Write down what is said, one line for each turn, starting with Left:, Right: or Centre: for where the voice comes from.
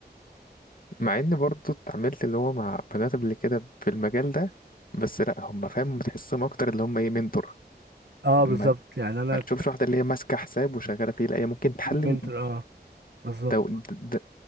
Left: مع ان برضو اتعاملت اللي هو مع بنات قبل كده في المجال ده بس لا هم فاهم بتحسهم اكتر اللي هم ايه منتور
Right: اه
Left: ما
Right: بالظبط يعني أنا
Left: ما تشوفش واحده اللي هي ماسكه حساب وشغاله فيه لا هي ممكن تحلل
Right: منتور اه بالظبط
Left: ده, ده, ده